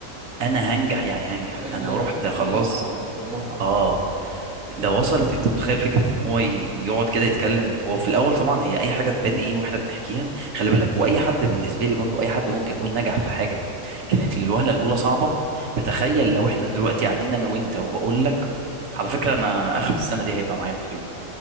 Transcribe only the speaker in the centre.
الف-
المطعم المطعم
اه